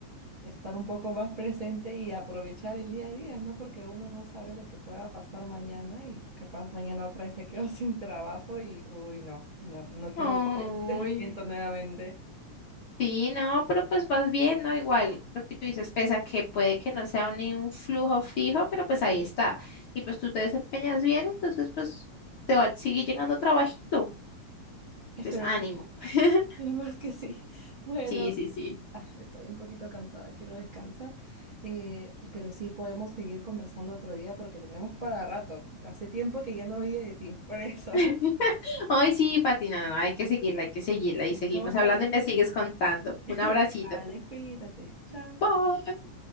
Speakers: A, on the right; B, on the left.
A: estar un poco más presente y aprovechar el día a día, ¿no? Porque uno no sabe lo que pueda pasar mañana y capaz mañana otra vez me quedo <laughs> sin trabajo y, uy, no, no, no quiero
B: ay,
A: vivir ese sentimiento nuevamente.
B: Sí, no, pero pues vas bien, ¿no? Igual, lo que tú dices, pese a que puede que no sea un, un flujo fijo, pero pues ahí está. Y pues tú te desempeñas bien, entonces pues te va a seguir llegando trabajito.
A: Espero,
B: Entonces, ánimo.
A: <laughs>
B: <laughs>
A: esperemos que sí. Bueno,
B: Sí, sí, sí.
A: ah, estoy un poquito cansada, quiero descansar, eh, y- pero sí podemos seguir conversando otro día porque tenemos para rato. Hace tiempo que ya no oí de ti, por eso. <laughs>
B: <laughs> Ay, sí, Pati, no, no, no, hay que seguirla, hay que seguirla y seguimos
A: Tenemos
B: hablando
A: para...
B: y me sigues contando.
A: <laughs>
B: Un abracito.
A: Vale, cuídate. Chao.
B: Bye.